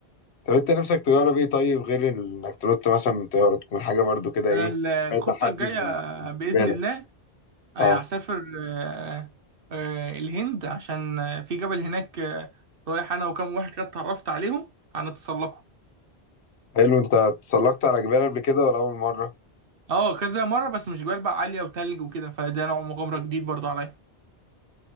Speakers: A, on the left (about 80°); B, on the right (about 60°).
A: طب انت نفسك تجرب ايه طيب غير انك تنط مثلا من طياره تكون حاجه برضو كده
B: انا
A: ايه
B: ال- الخطه
A: فيها تحدي
B: الجايه
A: بالنسبه
B: باذن الله
A: لك
B: آه،
A: اه
B: هسافر آه، آه، الهند عشان آه، في جبل هناك آه، رايح انا وكام واحد كده اتعرفت عليهم هنتسلقوا
A: حلو انت اتسلقت على جبال قبل كده ولا اول مره
B: اه كذا مره بس مش جبال بقى عاليه وتلج وكده فده نوع مغامره جديد برضه عليا